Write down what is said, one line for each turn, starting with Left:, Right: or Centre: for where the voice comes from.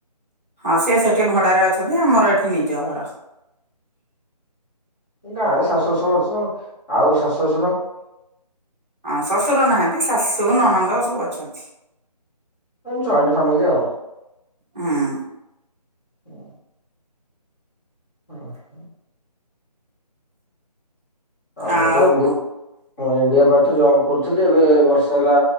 Right: ହଁ ସିଏ ସେଠି ଭଡାରେ ଅଛନ୍ତି ଆମର ଏଠି ନିଜ ଘର।
Left: ଗାଁ ରେ ଶାଶୁ ଶଶୁର <unintelligible> ଆଉ ଶାଶୁ ଶ୍ୱଶୁର?
Right: ହଁ ଶଶୁର ନାହାନ୍ତି ଶାଶୁ ନଣନ୍ଦ ସବୁ ଅଛନ୍ତି।
Left: ଜଏଣ୍ଟ ଫ୍ୟାମିଲି ଆଉ।
Right: ହଁ।
Left: ହୁଁ ହଁ। ଆ ମୁଁ
Right: ଆଉ
Left: ତ ଏତି
Right: କଣ
Left: ମୁଁ ଇଣ୍ଡିଆ ବା ତ ଜବ୍ କରୁଥିଲି ଏବେ ବର୍ଷ ହେଲା